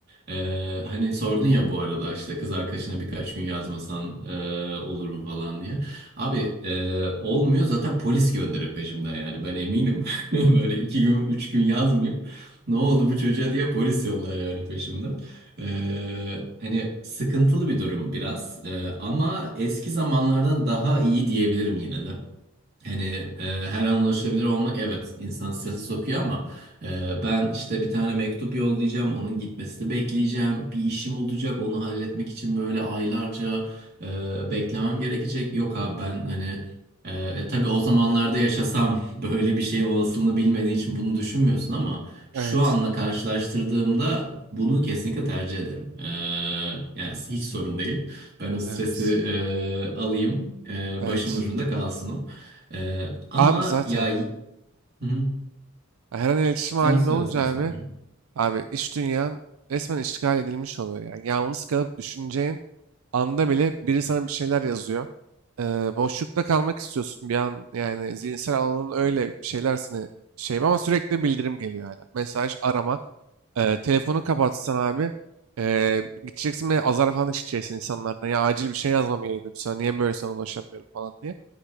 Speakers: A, on the right; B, on the right.
A: Ee, hani sordun ya bu arada işte kız arkadaşına birkaç gün yazmasan e, olur mu falan diye. Abi e, olmuyor zaten polis gönderir peşimden yani ben eminim. <laughs> Böyle iki gün üç gün yazmıyor. Ne oldu bu çocuğa diye polis yollar yani peşimden. Ee, hani sıkıntılı bir durum biraz Ee, ama eski zamanlardan daha iyi diyebilirim yine de. Hani e, her an ulaşabilir olmak evet insanı strese sokuyor ama e, ben işte bir tane mektup yollayacağım, onun gitmesini bekleyeceğim, bir işim olacak, onu halletmek için böyle aylarca e, beklemem gerekecek. Yok abi ben hani e, e, tabii o zamanlarda yaşasam <laughs> böyle bir şeyin olasılığını bilmediğin için bunu düşünmüyorsun ama şu
B: Evet,
A: anla karşılaştırdığımda bunu kesinlikle tercih ederim. E, yani hiç sorun değil. Ben o stresi
B: evet,
A: e, alayım, e,
B: evet.
A: başımın ucunda kalsın o. Ee, ama
B: Abi zaten
A: ya Hı hı.
B: her an iletişim
A: sen
B: halinde
A: söyle
B: olunca
A: sen
B: abi,
A: söyle.
B: abi iş dünyan resmen işgal edilmiş oluyor yani. Yalnız kalıp düşüneceğin anda bile biri sana bir şeyler yazıyor. Eee, boşlukta kalmak istiyorsun bir an yani zihinsel alanın öyle bir şeyler seni şey ama sürekli bildirim geliyor hala. Mesaj, arama. Eee, telefonu kapatsan abi eee, gideceksin ve azar falan işleyeceksin insanlardan. Ya acil bir şey yazmam gerekiyordu sana niye böyle sana ulaşamıyorum falan diye.